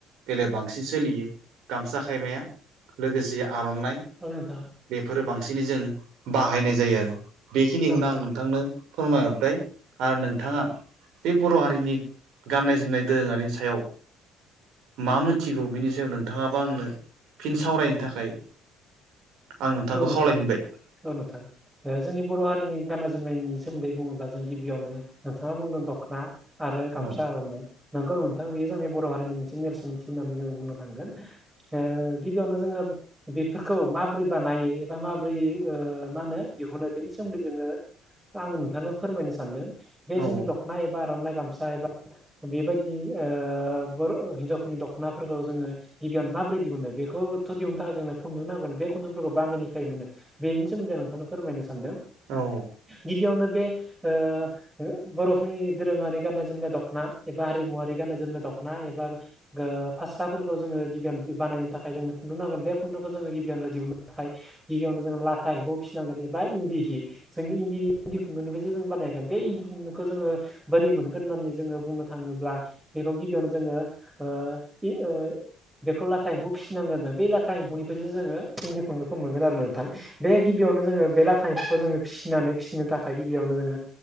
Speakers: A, on the right (about 60°); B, on the right (about 15°).
A: बेलायाव बांसिन सोलियो गामसा खायमाया लोगोसे आर'नाइ।
B: औ नोंथां।
A: बेफोरो बांसिनै जों बाहायनाय जायो आरो। बेखिनिखौनो
B: औ नोंथां
A: आं
B: औ
A: नोंथांनो फोरमायहरबाय आरो नोंथाङा बे बर' हारिनि गाननाय जोमनाय दोरोङारिनि सायाव मा मोनथिगौ बिनि सायाव नोंथाङाबा आंनो फिन सावरायनो थाखाय आं नोंथांखौ
B: औ नोंथां
A: खावलायफिनबाय
B: औ नोंथां। ओ जोंनि बर' हारिनि गाननाय जोमनायनि सोमोन्दै बुङोब्ला जों गिबियावनो नोंथाङा बुंदों दख'ना आरो गामसा
A: औ
B: आर'नाइ नोंगौ नोंथां बेयो जोंनि बर' हारिनि मोनसे नेरसोनथि होननानै जों बुंनो थांगोन। ओ गिबियावनो जोङो बेफोरखौ माबोरै बानायो एबा माब्रै ओ मा होनो दिहुनो बेनि सोमोन्दै जोङो। आङो नोंथांनो फोरमायनो सानदों बे
A: औ
B: जोंनि दख'ना एबा आर'नाइ गामसा एबा बेबायदि ओ बर' हिनजावफोरनि दख'नाफोरखौ जोङो गिबियावनो माबोरै दिहुननो? बेखौथ' दिहुन्नो थाखाय जोंनो खुनदु नांगोन बे खुुनदुंफोरखौ बामेनिफ्राय मोनो बेनि सोमोनदै नोंथांनो फोरमायनो सानदों।
A: औ
B: गिबियावनो बे ओ ओ बर'फोरनि दोरोङारि गाननाय जोमनाय दख'ना एबा हारिमुवारि गाननाय जोमनाय दख'ना एबा ओ फास्राफोरखौ जोङो गिबियावनो बानायनो थाखाय जोंनो खुन्दुं नांगोन। बे खुन्दुंखौ जोङो गिबियावनो दिहुननो थाखाय गिबियावनो जोंङो लाथा एम्फौ फिसिनांगोन एबा इन्दि हि। जोंनि इन्दि इन्दि खुन्दुंनिफ्रायसो जों बानायगोन। बे इन्दि खुनदुखौ जोङो बोरै मोनगोन होननानै जोङो बुंनो थाङोब्ला बेखौ गिबियावनो जोङो ओ इ ओ बेखौ लाथा एम्फौ फिसिनांगोन जों। बे लाथा एम्फौनिफ्रायसो जोङो इन्दि खुनदुंखौ मोनगोन आरो नोंथां। बे गिबियावनो जोंङो बे लाथ थायफखौ जोङो फिसनानै फिसिनो थाखाय गिबियावनो जोङो